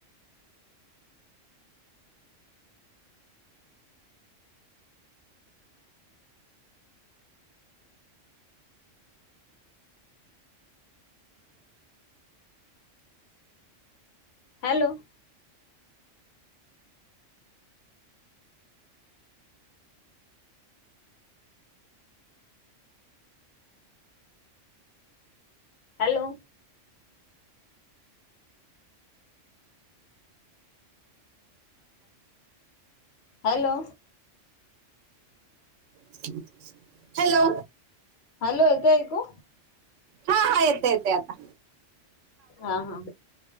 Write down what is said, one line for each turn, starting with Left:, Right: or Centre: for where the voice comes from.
Left: हॅलो. हॅलो. हॅलो.
Right: <unintelligible> Hello.
Left: Hello, येते ऐकू?
Right: हा हा येतय येतय आता.
Left: हा हा.